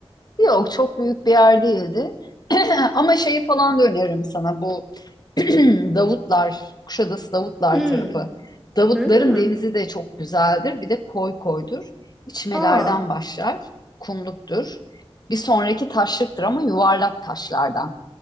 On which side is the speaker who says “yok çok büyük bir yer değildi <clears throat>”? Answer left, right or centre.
Left